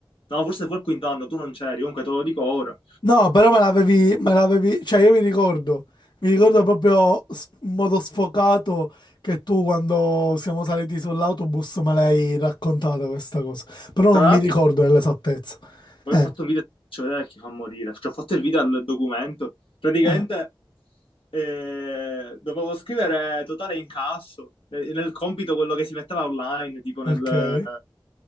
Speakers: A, on the left; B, on the left.
A: no, forse fu al quinto anno, tu non c'eri, comunque te lo dico ora.
B: No, però me l'avevi, me l'avevi, cioè io mi ricordo, mi ricordo proprio s- in modo sfocato che tu quando siamo saliti sull'autobus me l'hai raccontata questa cosa, però
A: Tra
B: non
A: l'altro,
B: mi ricordo nell'esattezza.
A: poi
B: Eh,
A: ho fatto un video, faccio vedere chi fa morire, cioè, ho fatto il video al documento, praticamente
B: eh,
A: eh, dovevo scrivere totale incasso, nel, nel compito quello che si metteva online, tipo
B: ok.
A: nel...
B: E